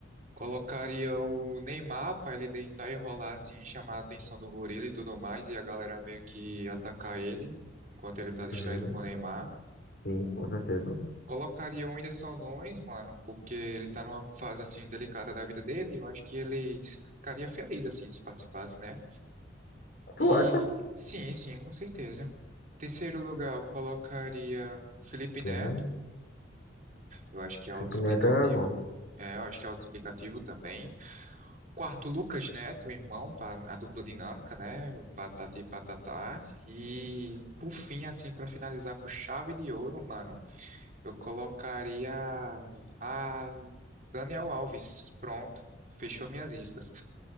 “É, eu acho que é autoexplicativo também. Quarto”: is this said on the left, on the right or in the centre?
Right